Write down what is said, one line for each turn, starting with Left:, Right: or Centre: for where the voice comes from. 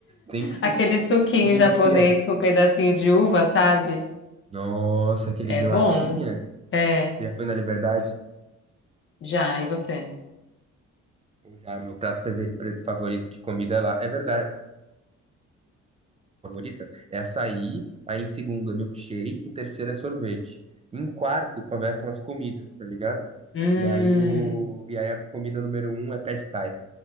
Right: Tem que ser
Left: Aquele
Right: chique,
Left: suquinho
Right: tem que ser
Left: japonês
Right: lixia.
Left: com um pedacinho de uva, sabe?
Right: Nossa, aquele
Left: É
Right: de
Left: bom.
Right: latinha?
Left: É,
Right: Você já foi na Liberdade?
Left: já, e você?
Right: Eu já, meu prato fave- pre- favorito de comida é lá. É verdade, favorita? É açaí, aí em segundo é milkshake, em terceiro é sorvete. Em quarto começam as comidas, tá ligado?
Left: Hum.
Right: E aí, o... e aí a comida número um é pad thai.